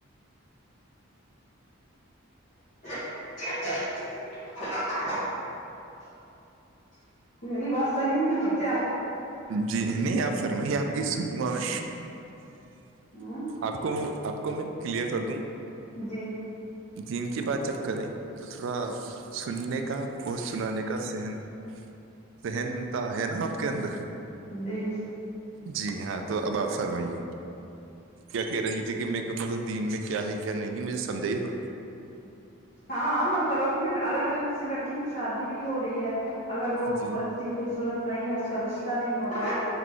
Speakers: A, on the left (about 45°); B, on the right (about 65°).
A: <inaudible> میری بات صحیح نہیں ہے کیا
B: جی نہیں آپ فرمائیے آپ کی سنوں گا میں
A: ہ
B: آپ کو وہ آپ کو میں کلیئر کر دوں
A: جی
B: جین کی بات جب کریں تو تھوڑا سننے کا اور سنانے کا سہن سہنتا ہے نا آپ کے اندر
A: جی
B: جی ہاں تو اب آپ فرمائیے کیا کہہ رہی تھی کہ میں مطلب دین میں کیا ہے کیا نہیں ہے مجھے سجھا ہی تھوڑا
A: ہاں مطلب اپ نے اگر کسی لڑکی کی شادی نہیں ہو رہی ہے اگر وہ
B: جی
A: اتنی خوبصورت نہیں ہے اس کا رشتہ نہیں ہو رہا ہے